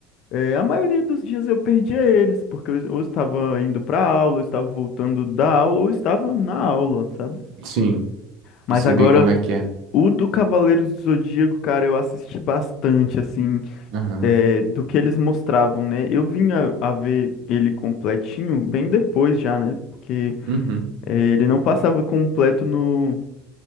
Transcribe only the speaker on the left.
É, a maioria dos dias eu perdia eles, porque eu ou estava indo para aula, ou estava voltando da aula, ou estava na aula, sabe?
Mas
agora,
o do Cavaleiros do Zodíaco, cara, eu assisti bastante, assim,
é, do que eles mostravam, né? Eu vim a, a ver ele completinho bem depois já, né? Porque
é, ele não passava completo no,